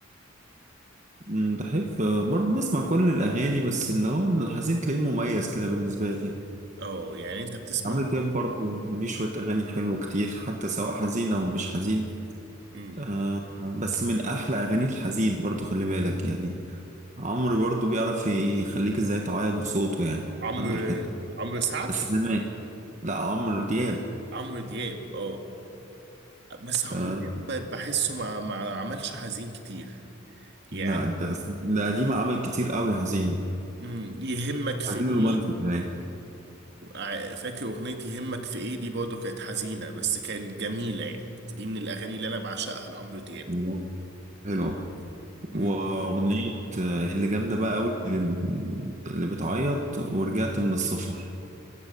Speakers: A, on the right (about 35°); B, on the right (about 55°).
A: أمم، بحب برضه بسمع كل الأغاني بس اللي هو الحزين تلاقيه مميز كده بالنسبة لي يعني
B: اه يعني انت بتسمع
A: عمرو دياب برضه ليه شوية أغاني حلوة كتير حتى سواء حزين أو مش حزين
B: امم
A: آه بس من أحلى أغاني الحزين برضه خلي بالك يعني عمرو برضه بيعرف يخليك إزاي تعيط بصوته يعني
B: عمرو
A: عنده الحتة
B: عمرو سعد
A: بس زمان لا عمرو دياب
B: عمرو دياب اه بس عمرو
A: آه
B: دياب ب- بحسه ما ما عملش حزين كتير يعني
A: لا انت ده قديم عمل كتير قوي حزين
B: امم يهمك في
A: حزين
B: ايه
A: رومانسي كمان
B: وع- فاكر اغنية يهمك في ايه دي برضه كانت حزينة بس كانت جميلة يعني دي من الاغاني اللي انا بعشقها لعمرو دياب
A: الله، حلو
B: امم
A: واغنية آه، اللي جامدة بقى قوي اللي, اللي بتعيط ورجعت من السفر